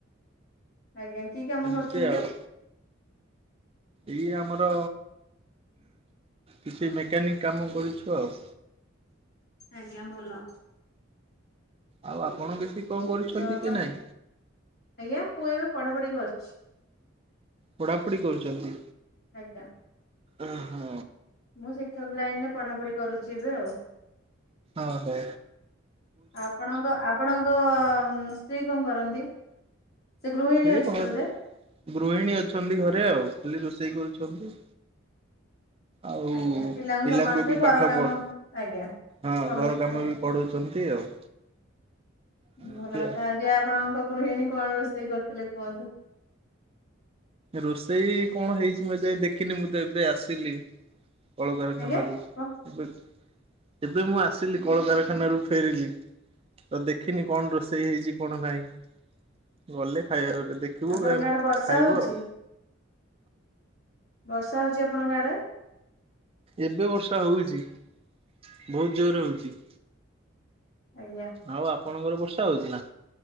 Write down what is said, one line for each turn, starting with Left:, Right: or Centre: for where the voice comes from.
Left: ଆଜ୍ଞା କି କାମ
Right: ଏମିତି
Left: କରୁଛନ୍ତି?
Right: ଆଉ। ଏଇ ଆମର କିଛି ମେକାନିକ କାମ କରୁଛୁ ଆଉ।
Left: ଆଜ୍ଞା ଭଲ।
Right: ଆଉ ଆପଣ କିଛି କଣ କରୁଛନ୍ତି
Left: ଆଉ ଆପଣ
Right: କି ନାଇଁ
Left: ଆଜ୍ଞା ମୁଁ ଏବେ ପଢାପଢି କରୁଛି।
Right: ପଢାପଢ଼ି କରୁଛନ୍ତି?
Left: ଆଜ୍ଞା।
Right: ଓହୋ।
Left: ମୁଁ ଶିକ୍ଷକ ଲାଇନ୍ ରେ ପଢ଼ାପଢି କରୁଛି ଏବେ ଆଉ।
Right: ଓହୋ।
Left: ଆପଣଙ୍କ ଆପଣଙ୍କ ସ୍ତ୍ରୀ କଣ କରନ୍ତି? ସେ ଗୃହିଣୀ
Right: ସିଏ
Left: ଅଛନ୍ତି
Right: ଘରେ
Left: ବୋଧେ?
Right: ଗୃହିଣୀ ଅଛନ୍ତି ଘରେ ଆଉ ଖାଲି ରୋଷେଇ କରୁଛନ୍ତି। ଆଉ
Left: ଆଜ୍ଞା
Right: ପିଲାଙ୍କୁ
Left: ସମ୍ଭାଳୁଥିବେ
Right: ବି ପାଠ
Left: ଘର କାମ
Right: ପଢ
Left: ଆଜ୍ଞା
Right: ହଁ
Left: ପଢଉଥିବେ
Right: ଘର କାମ
Left: ଆଉ।
Right: ବି ପଢ଼ଉଛନ୍ତି ଆଉ। ଏମିତି
Left: ଭଲ କଥା
Right: ଆଉ।
Left: ଆଜି ଆପଣଙ୍କ ଗୃହିଣୀ କଣ ରୋଷେଇ କରିଥିଲେ କୁହନ୍ତୁ?
Right: ରୋଷେଇ କଣ ହେଇଛି ମୁଁ ଏଯାଇ ଦେଖିନି, ମୁଁ ତ ଏବେ ଆସିଲି। କଳକାରଖାନାରୁ
Left: ଆଜ୍ଞା କଣ
Right: ଏବେ। ଏବେ ମୁଁ ଆସିଲି କଳକାରଖାନାରୁ ଫେରିଲି। ତ ଦେଖିନି କଣ ରୋଷେଇ ହେଇଛି କଣ ନାହିଁ। ଗଲେ ଖାଇବାବେଳେ ଦେଖିବୁ
Left: ଆପଣଙ୍କ
Right: ଆମେ
Left: ଆଡେ ବର୍ଷା
Right: ଖାଇବୁ
Left: ହଉଛି?
Right: ଆଉ।
Left: ବର୍ଷା ହଉଛି ଆପଣଙ୍କ ଆଡେ?
Right: ଏବେ ବର୍ଷା ହଉଛି, ବହୁତ ଜୋରରେ ହଉଛି।
Left: ଆଜ୍ଞା।
Right: ଆଉ ଆପଣଙ୍କର ବର୍ଷା ହଉଚି ନା?